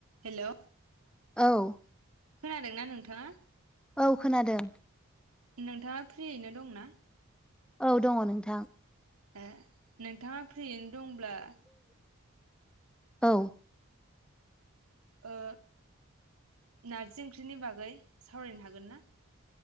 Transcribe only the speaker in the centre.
<inaudible> औ
औ खोनादों।
औ दङ नोंथां।
औ।